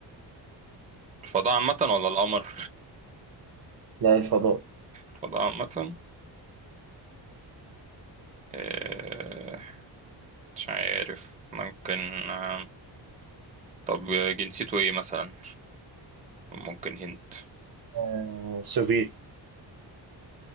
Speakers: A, on the right; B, on the right.
A: الفضاء عامة ولا القمر؟
B: لا الفضاء
A: الفضاء عامة آه، مش عارف ممكن آه، طب جنسيته ايه مثلا ممكن هنت
B: آه، سوفيتي